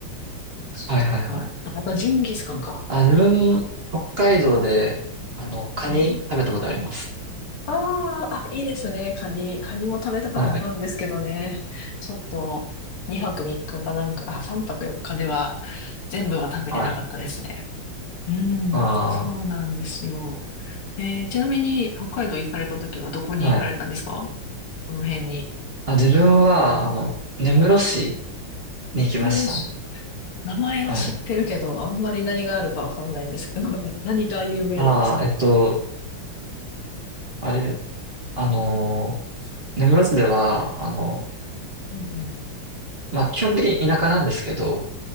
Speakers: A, on the right; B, on the left.
A: はい。
B: とか、
A: はい。はい。
B: あとジンギスカンか。
A: あ、自分、北海道で、あの、カニ食べたことあります。
B: うんうんああ、あ、いいですね。カニ、カニも食べたかったんですけどね。
A: はい。
B: ちょっと、2泊3日かかなんか、あ、3泊4日では全部は食べれなかったですね。
A: はい。
B: うん、
A: あ
B: そうなんですよ。えーちなみに、北海道行かれた時はどこに行かれたんですか
A: あ、はい。
B: この辺に。
A: あ、自分は、あの、根室市に行きましたね。
B: 根室市。名前は知ってるけど、
A: はい。
B: あんまり何があるかわかんないんですけど、<laughs> 何が有名なんですか
A: ああ、えっと、あれ、あのー、根室市では、あの、
B: うんうん、
A: まあ、基本的に田舎なんですけど、